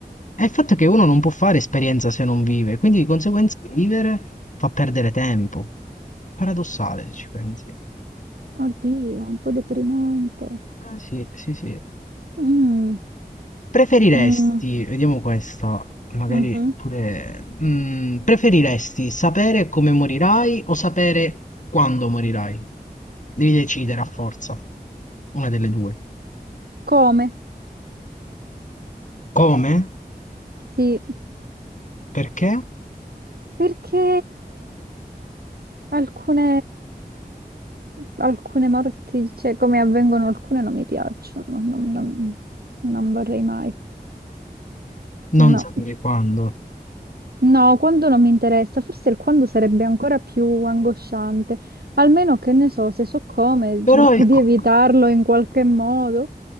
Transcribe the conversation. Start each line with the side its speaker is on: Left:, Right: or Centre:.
Left: è il fatto che uno non può fare esperienza se non vive, quindi di conseguenza vivere fa perdere tempo. Paradossale, se ci pensi.
Right: Oddio, un po' deprimente.
Left: Eh, sì, sì, sì.
Right: Mm,
Left: Preferiresti,
Right: mm,
Left: vediamo questa, magari
Right: mhm.
Left: pure... mm, preferiresti sapere come morirai o sapere quando morirai? Devi decidere a forza, una delle due.
Right: Come?
Left: Come?
Right: Sì,
Left: Perché?
Right: perché alcune, alcune morti, cioè come avvengono alcune, non mi piacciono, non, non- non vorrei mai. No.
Left: Non sapere quando.
Right: No, quando non mi interessa, forse il quando sarebbe ancora più angosciante. Almeno che ne so, se so come, cerco
Left: Però, il
Right: di
Left: co-
Right: evitarlo in qualche modo.